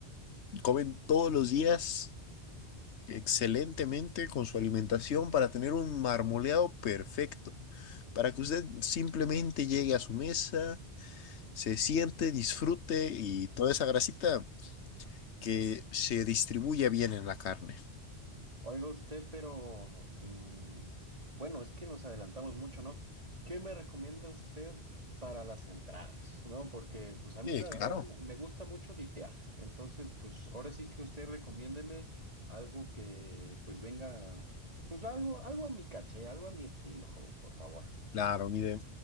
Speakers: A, on the left; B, on the right.
A: comen todos los días excelentemente con su alimentación para tener un marmoleado perfecto, para que usted simplemente llegue a su mesa, se siente, disfrute y toda esa grasita que se distribuya bien en la carne.
B: Oiga usted, pero mm, bueno, es que nos adelantamos mucho, ¿no? ¿Qué me recomienda usted para las entradas? ¿No? Porque pues a mí
A: Sí,
B: la
A: claro.
B: verdad m- me gusta mucho dipear. Entonces, pues ahora sí que usted recomiéndeme algo que pues venga, pues algo, algo a mi caché, algo a mi estilo, joven, por favor.
A: Claro, mire,